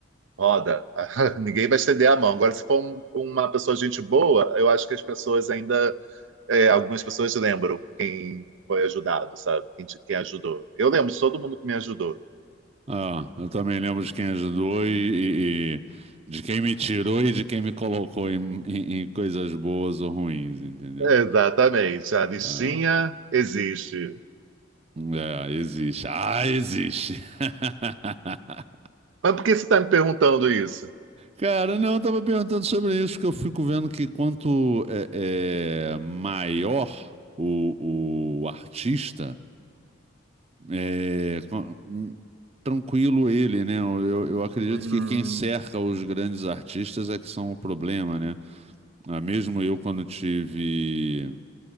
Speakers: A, on the right; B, on the right.
A: roda. <laughs> Ninguém vai estender a mão. Agora, se for um- uma pessoa de gente boa, eu acho que as pessoas ainda, é, algumas pessoas lembram quem foi ajudado, sabe? Quem, te- quem ajudou. Eu lembro de todo mundo que me ajudou.
B: Ah, eu também lembro de quem ajudou e, e- e de quem me tirou e de quem me colocou em, em- em coisas boas ou ruins, entendeu?
A: Exatamente, a listinha
B: Ah,
A: existe.
B: É, existe. Ah, existe. <laughs>
A: Mas por que você está me perguntando isso?
B: Cara, não, eu tava perguntando sobre isso, que eu fico vendo que quanto é, é, maior o, o artista, é, com- hum, tranquilo ele, né? Eu, eu acredito
A: Hum,
B: que quem cerca os grandes artistas é que são o problema, né? Ah, Mesmo eu, quando tive